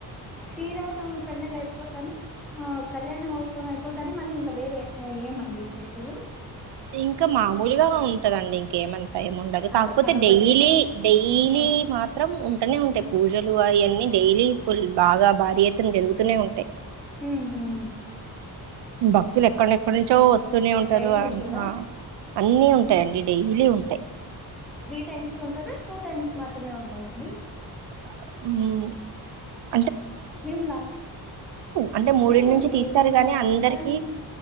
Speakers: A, in the centre; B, on the right.
A: శ్రీరామనవమి పండుగ అయిపోతనే ఆ కళ్యాణ మహోత్సవం అయిపో పోతేనే మళ్ళీ ఇంకా వేరే ఏమండి స్పెషల్
B: ఇంకా మామూలుగా ఉంటదండి ఇంకేం ఏమంతా ఏమిండదు కాకపోతే
A: అదొ అదొక్కటేనా?
B: డైలీ డైలీ
A: ఆ!
B: మాత్రం ఉంటూనే ఉంటాయి పూజలు అవన్నీ డైలీ ఫుల్ బాగా భారీ ఎత్తన జరుగుతూనే ఉంటాయ్
A: ఉహు
B: భక్తులు ఎక్కడెక్కడ నుంచో వస్తూనే ఉంటారు
A: డైలీ
B: అ
A: ఉంటదా?
B: ఆ అన్ని ఉంటాయండి డైలీ ఉం టాయ్
A: త్రీ టైమ్స్ ఉంటదా టూ టైమ్స్ మాత్రమే ఉంటాయండి
B: హు
A: మేము లా
B: అంటే మూడింటి
A: లేదండి
B: నుంచి తీస్తారు
A: మే
B: గాని
A: లాస్ట్
B: అందరికి
A: టైమ్